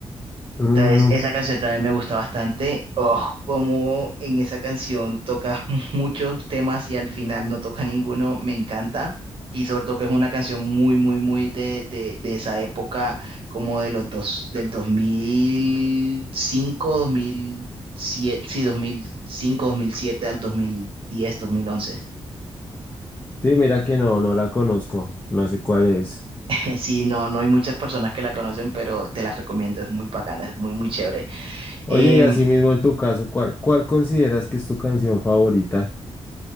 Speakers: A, on the left (about 15°); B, on the right (about 60°).
A: mm,
B: Entonces, esa canción también me gusta bastante. Oh, como en esa canción toca <laughs> muchos temas y al final no toca ninguno, me encanta. Y sobre todo que es una canción muy, muy, muy de, de, de esa época, como de los dos, del dos dos mil cinco, dos mil siete, sí, dos dos mil cinco, dos mil siete al dos dos mil diez, dos mil once.
A: sí, mira que no, no la conozco, no sé cuál es.
B: Eh, Sí, no, no hay muchas personas que la conocen, pero te las recomiendo, es muy bacana, es muy, muy chévere.
A: Oye,
B: Em,
A: y así mismo en tu caso, ¿cuál, cuál consideras que es tu canción favorita?